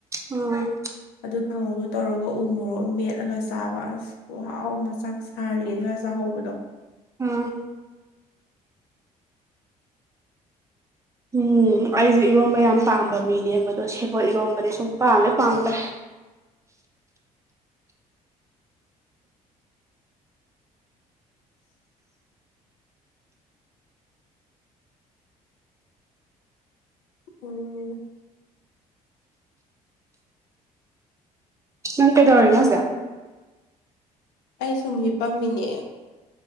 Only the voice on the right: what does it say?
ꯎꯝ
ꯎꯝ ꯎꯝ ꯑꯩꯁꯦ ꯏꯔꯣꯝꯕ ꯌꯥꯝ ꯄꯥꯝꯕ ꯃꯤꯅꯦꯕ ꯑꯗꯣ ꯁꯦꯕꯣꯠ ꯏꯔꯣꯟꯝꯕꯗꯤ ꯁꯨꯝ ꯄꯥꯝꯃꯦ ꯄꯥꯝꯗ꯭ꯔꯦ <inaudible>
ꯅꯪ ꯀꯩꯗꯧꯔꯤꯅꫭ ꯍꯧꯖꯤꯛ